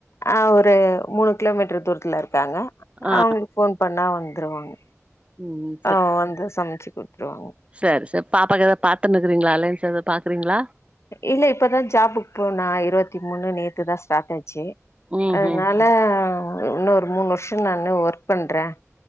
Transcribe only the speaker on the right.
ஆ
ம்
சேரி சேரி பாப்பாக்கு ஏதாவ் பாத்துனுக்கீங்களா அலைன்ஸ் எதாவது பாக்குறீங்களா
ம்
ம் ம்